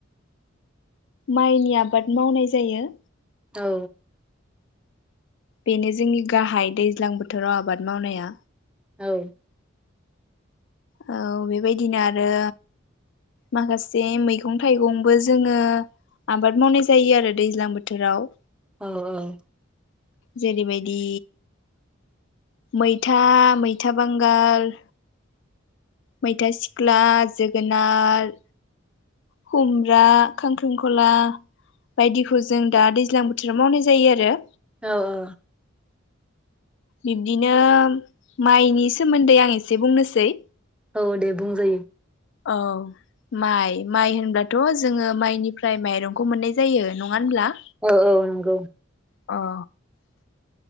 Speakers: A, on the left; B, in the centre.
A: माइनि आबाद मावनाय जायो
B: औ
A: बेनो जोंनि गाहाय दैज्लां बोथोराव आबाद मावनाया
B: औ
A: औ बेबायदिनो आरो माखासे मैगं थाइगंबो जोङो आबाद मावनाय जायो आरो दैज्लां बोथोराव
B: औ औ
A: जेरै बायदि मैथा मैथा बांगाल मैथा सिख्ला जोगोनार खुमब्रा खांख्रिंखला बायदिखौ जों दा दैज्लां बोथोराव मावनाय जायो आरो आरो
B: औ औ
A: बिब्दिनो माइनि सोमोन्दै आं एसे बुंनोसै
B: औ दे बुंजायो
A: औ माइ माइ होनब्लाथ' जोङो माइनिफ्राय माइरंखौ मोननाय जायो नङा होनब्ला
B: औ औ नंगौ
A: औ